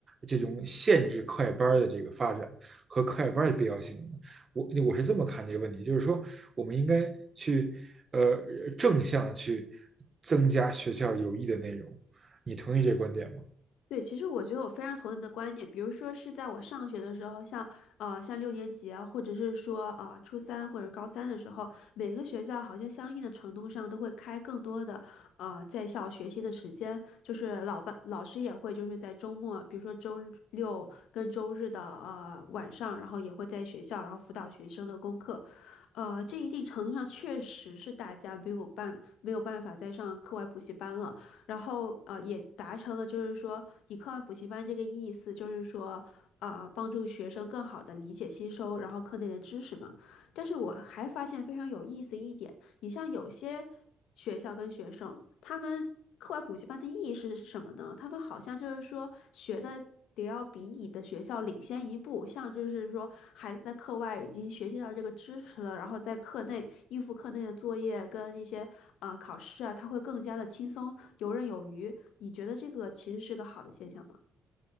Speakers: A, on the right; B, on the left.
A: 这种限制快班的这个发展和快班的必要性呢？我我是这么看这个问题，就是说我们应该去呃正向去增加学校有益的内容，你同意这观点吗？
B: 对，其实我觉得我非常同意你的观点。比如说是在我上学的时候，像呃像六年级啊，或者是说啊、呃、初三或者高三的时候，每个学校好像相应的程度上都会开更多的呃在校学习的时间，就是老班老师也会就是在周末，比如说周六跟周日的呃晚上，然后也会在学校然后辅导学生的功课。呃，这一定程度上确实是大家没有办没有办法再上课外补习班了。然后呃也达成了就是说你课外补习班这个意思，就是说呃帮助学生更好的理解吸收，然后课内的知识嘛。但是我还发现非常有意思一点。你像有些学校跟学生，他们课外补习班的意义是什么呢？他们好像就是说学的得要比你的学校领先一步，像就是说孩子在课外已经学习到这个知识了，然后在课内应付课内的作业跟一些呃考试啊，他会更加的轻松游刃有余。你觉得这个其实是个好的现象吗？